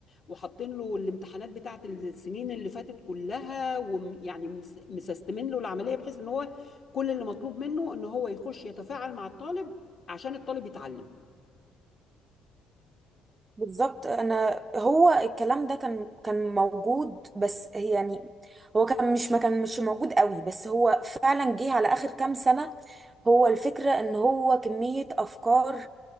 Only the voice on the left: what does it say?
وحاطين له الامتحانات بتاعت السنين اللي فاتت كلها ويعني مس- مسستمين له العملية بحيث ان هو كل اللي مطلوب منه ان هو يخش يتفاعل مع الطالب عشان الطالب يتعلم